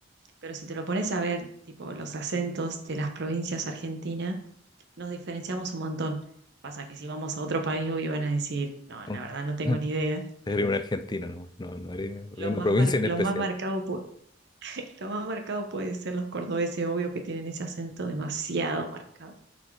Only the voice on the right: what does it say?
Pero si te lo pones a ver, tipo los acentos de las provincias argentinas, nos diferenciamos un montón. Pasa que si vamos a otro país, obvio van a decir, no,
la verdad no tengo ni idea.
Eh,
lo
más
mar-
lo
más marcado, pu- <laughs> lo más marcado puede ser los cordobeses, obvio que tienen ese acento demasiado marcado.